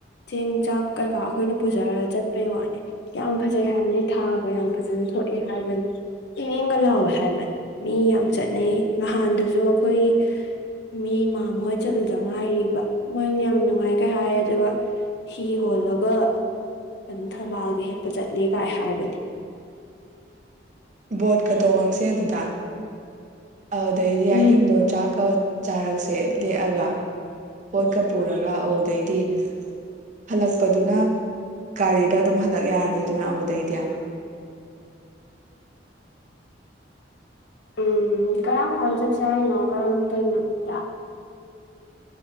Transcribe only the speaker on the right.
ꯕꯣꯠꯀ ꯇꯣꯡꯉꯛꯁꯦ ꯑꯗꯨꯗ ꯑꯗꯨꯗꯩꯗꯤ
ꯑꯍꯤꯡꯗꯣ ꯆꯥꯛꯀ ꯆꯥꯔꯛꯁꯦ ꯂꯦꯛꯑꯒ ꯄꯣꯠꯀ ꯄꯨꯔꯒ ꯑꯗꯨꯗꯩꯗꯤ ꯍꯜꯂꯛꯄꯗꯨꯅ ꯒꯥꯔꯤꯗ ꯑꯗꯨꯝ ꯍꯜꯂꯛ ꯌꯥꯔꯦꯗꯅ ꯑꯗꯨꯗꯩꯗꯤ